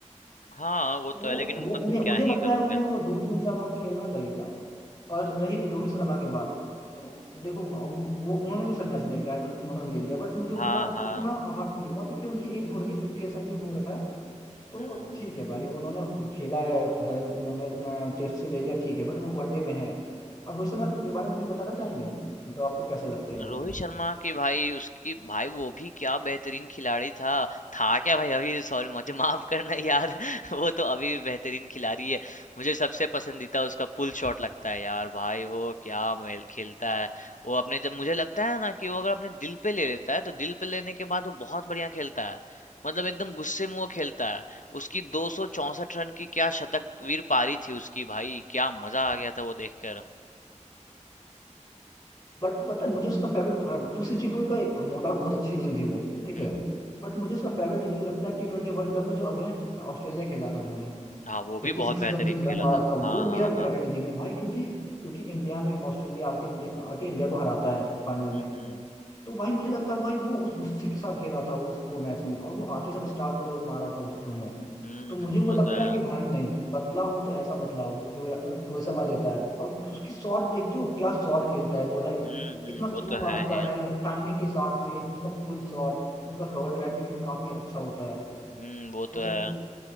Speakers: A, on the left; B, on the left.
A: हाँ, वो
B: तो
A: तो
B: वो
A: है लेकिन
B: वो
A: बट
B: उन्हें मुझे
A: क्या ही
B: लगता
A: करोगे?
B: है उन्हें वो दो तीन साल और खेलना चाहिए था और रही रोहित शर्मा की बात तो देखो हम- वो उन्होंने भी संन्यास लिया रिटायरमेंट उन्होंने भी ले लिया बट मुझे उतना
A: हाँ, हाँ।
B: उतना हर्ट नहीं हुआ क्योंकि उनकी एज हो रही है थर्टी एट समथिंग हो रखा है तो
A: हुँ, हुँ,
B: ठीक है
A: हुँ।
B: भाई वो उन्होंने खेला है, है उन्होंने टेस्ट से ले लिया ठीक है बट वो वनडे में है अब रोहित शर्मा के के बारे में कुछ बताना चाहेंगे मतलब आपको कैसे लगते हैं वो
A: रोहित शर्मा की भाई उसकी भाई वो भी क्या बेहतरीन खिलाड़ी था था क्या भाई अभी सॉरी मुझे माफ करना यार <laughs> वो तो अभी भी बेहतरीन खिलाड़ी है मुझे सबसे पसंदीदा उसका पुल शॉट लगता है यार भाई वो क्या मेल खेलता है वो अपने जब मुझे लगता है ना कि वो अगर अपने दिल पे ले लेता है तो दिल पे लेने के बाद वो बहुत बढ़िया खेलता है मतलब एकदम गुस्से में वो खेलता है उसकी 264 रन की क्या शतक वीर पारी थी उसकी भाई क्या मजा आ गया था वो देखकर
B: बट पता है मुझे उसका फेवरेट टू सिक्सटी फोर का एक नो डाउट बहुत अच्छी इनिंग थी वो ठीक
A: हम्म
B: है
A: हम्म।
B: बट मुझे उसका फेवरेट इनिंग लगता है टी ट्वेंटी वर्ल्ड कप में जो अगेंस्ट ऑस्ट्रेलिया खेला था उन्होंने
A: हाँ वो भी
B: एट्टी
A: बहुत
B: सिक्स
A: बेहतरीन
B: समथिंग
A: खेला
B: रन मारा
A: था
B: था
A: हाँ
B: वो
A: हाँ
B: मेरा
A: हाँ
B: फेवरेट इनिंग है भाई क्योंकि क्योंकि इंडिया में ऑस्ट्रेलिया आके इंडिया आके इंडिया को हराता है फाइनल में
A: हम्म
B: तो भाई मुझे लगता है भाई वो उस गुस्से के साथ खेला था वो वो मैच में और वो आते साथ स्टार को जो मारा था उस उन्होंने
A: हम्म
B: तो मुझे
A: हम्म,
B: वो
A: वो
B: लगता
A: तो
B: है
A: है
B: कि भाई नहीं बदला हो तो ऐसा बदला हो जो रो- रोहित शर्मा लेता है और उसकी शॉट देखते हो क्या शॉट खेलता है वो लाइक
A: हम्म हम्म
B: इतना
A: वो
B: स्लो
A: तो
B: मारता
A: है ही
B: है टाइमिंग के साथ में उनका पुल शॉट उनका कवर ड्राइव भी काफी अच्छा होता है
A: हम्म वो
B: तो
A: तो है